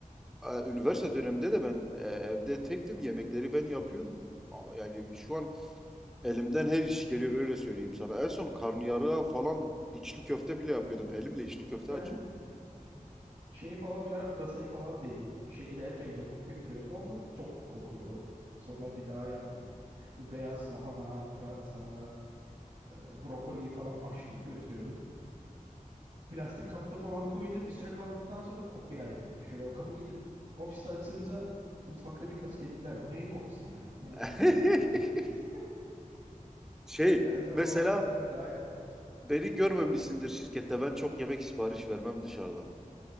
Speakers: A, in the centre; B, on the right (about 60°).
A: e, üniversite döneminde de ben e, evde tektim yemekleri ben yapıyordum. A- Yani şu an elimden her iş geliyor öyle söyleyeyim sana. En son karnıyarığa falan içli köfte bile yapıyordum. Elimle içli köfte
B: Ben
A: açıyordum.
B: şey falan bir ara pırasayı falan deniyordum. İşe giderken yapıp götürüyordum ama çok kokuyor. Sonra bir daha yapmadım. Bu beyaz lahana, pırasa, e, brokoli falan haşlayıp götürüyordum. Plastik kapta falan koyunca bir süre kaldıktan sonra koku yaymaya başlıyor. Ve o kapı gidip ofiste açılınca mutfakta birkaç kez dediler bu neyin kokusu ya? Bu neyin
A: <laughs>
B: kokusu ya? Böyle yemek. <laughs>
A: Şey
B: Ben de ondan
A: mesela
B: sonra bir daha yapmadım.
A: beni görmemişsindir şirkette ben çok yemek sipariş vermem dışarıdan.